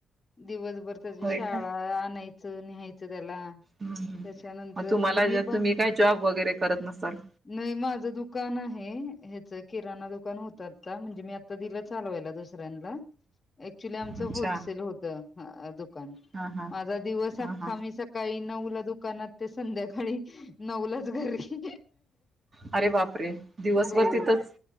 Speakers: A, on the left; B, on the right.
A: दिवसभर त्याची
B: होय
A: शाळा
B: का
A: आणायचं न्यायचं त्याला
B: हम् हम्
A: त्याच्यानंतर
B: मग तुम्हाला
A: म्हणजे मी पण
B: तुम्ही काय जॉब वगैरे करत नसाल.
A: नाही माझं दुकान आहे ह्याच किराणा दुकान होतात. म्हणजे मी आता दिलं चालवायला दुसऱ्यांला ऍक्च्युली आमचं
B: अच्छा
A: होलसेल होत दुकान
B: हा हा
A: माझा दिवस
B: हा
A: अख्खा
B: हा
A: मी सक. सकाळी नऊ ला दुकानात ते संध्याकाळी नऊ लाच घरी
B: अरे बापरे दिवसभर
A: हो.
B: तिथंच